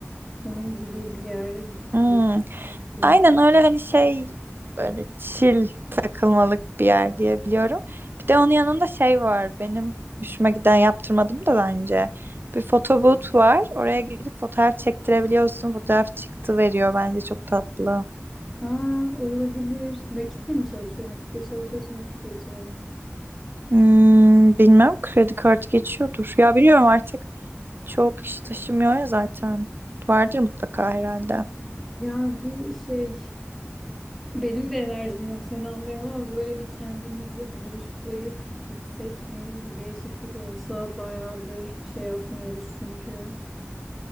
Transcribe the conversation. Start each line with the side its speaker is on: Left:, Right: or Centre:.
Centre: Onun gibi bir yere gi-
Right: Hmm.
Centre: gittim.
Right: Aynen öyle hani şey böyle chill takılmalık bir yer diye biliyorum. Bir de onun yanında şey var benim hoşuma giden yaptırmadım da bence. Bir fotoboot var. Oraya gidip fotoğraf çektirebiliyorsun. Fotoğraf çıktı veriyor bence çok tatlı.
Centre: Aa olabilir. Nakitle mi çalışıyor? Nakitle çalışıyorsun nakit getirelim.
Right: Hmm, bilmem kredi kartı geçiyordur. Ya biliyorum artık çok kişi taşımıyor ya zaten. Vardır mutlaka herhalde.
Centre: Ya bir şey Benim de enerjim yok seni anlıyorum ama böyle bir kendimizi boostlayıp gitsek mi? Bir değişiklik olsa bayağıdır bir şey yapmıyoruz çünkü.